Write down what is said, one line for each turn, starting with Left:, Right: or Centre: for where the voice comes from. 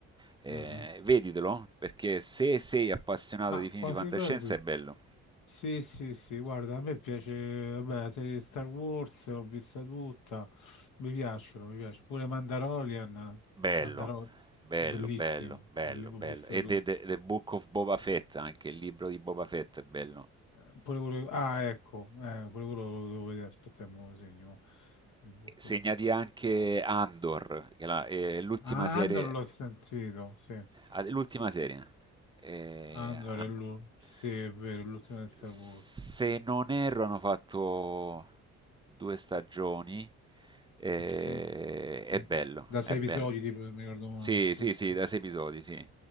Right: Eh,
Left: mhm.
Right: veditelo, perché se sei appassionato
Left: Ma
Right: di film
Left: quasi
Right: di fantascienza
Left: quasi.
Right: è bello.
Left: Sì, sì, sì, guarda, a me piace, vabbè, la serie di Star Wars l'ho vista tutta, mi piacciono, mi piace. Pure Mandalorian,
Right: Bello,
Left: Mandalorian,
Right: bello,
Left: bellissimo,
Right: bello, bello,
Left: belli- ho
Right: bello.
Left: visto
Right: E
Left: tutto.
Right: The, The- The Book of Boba Fett, anche il libro di Boba Fett è bello.
Left: Eh, Pure quello... Ah, ecco, eh, pure quello lo devo vedere, aspetta, me lo segno. The Book
Right: Segnati
Left: of-
Right: anche Andor, che è la- è l'ultima
Left: Ah,
Right: serie,
Left: Andor l'ho sentito, sì.
Right: ah, l'ultima serie. Eh,
Left: Andor
Right: han-
Left: è l'ultimo, sì, è vero,
Right: s-
Left: è l'ultimo di Star
Right: s- se
Left: Wars.
Right: non erro, hanno fatto due stagioni. Eh,
Left: Sì,
Right: è
Left: sì.
Right: bello,
Left: da sei
Right: è bello.
Left: episodi, tipo, se mi ricordo male.
Right: Sì,
Left: Sì,
Right: sì,
Left: sì,
Right: sì, da
Left: sì.
Right: sei episodi, sì.